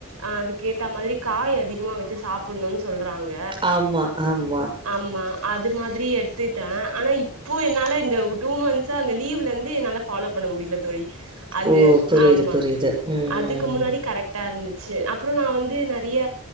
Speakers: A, on the right; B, on the right.
A: அ அதுக்கு ஏத்த மாதிரி காய் அதிகமா வெச்சு சாப்புட்ணுனு சொல்றாங்க
B: ஆமா ஆமா
A: ஆமா அது மாதிரி எடுத்துட்டே ஆனா இப்போ என்னால இந்த டூ மந்த்ஸா அந்த லீவ்ல இருந்து என்னால ஃபாலோ பண்ண முடில தோழி அது
B: ஓ! புரியுது,
A: ஆமா
B: புரியுது. ம்,
A: அதுக்கு முன்னாடி கரெக் டா இருந்துச்சு அப்றோ நா வந்து நெறைய